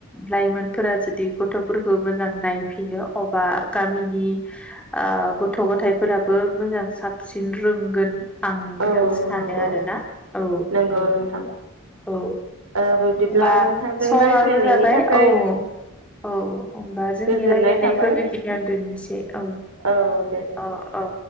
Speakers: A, in the centre; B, on the right.
A: लाइमोनफोरा जुदि गथ'फोरखौ मोजां नायफिनो अ बा गामिनि ओ गथ' गथाइफोराबो मोजां साबसिन रोंगोन। आं बेखौ
B: औ
A: सानो
B: नंगौ
A: आरोना औ
B: नंगौ नोंथां
A: औ।
B: ओ बिब्दिब्ला
A: होनबा
B: नोंथांजों
A: समाबो
B: रायज्लायनायनि
A: जाबाय
B: थाखाय
A: औ औ। औ होमबा जोंनि
B: गोजोननाय
A: रायलायनायखौ
B: थाबाय
A: बेखिनियावनो दोननोसै औ।
B: औ दे
A: औ औ